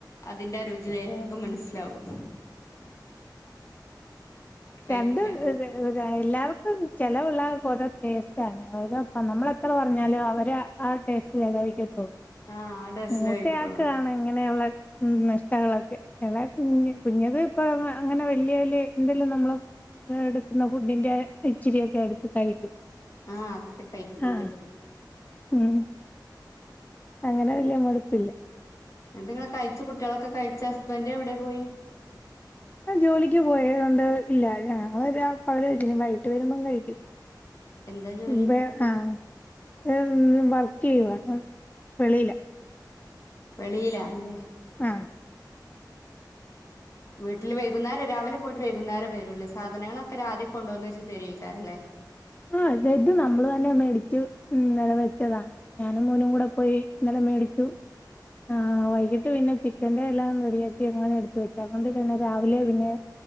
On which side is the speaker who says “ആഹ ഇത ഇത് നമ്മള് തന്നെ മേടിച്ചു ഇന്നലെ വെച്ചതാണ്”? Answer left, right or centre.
Left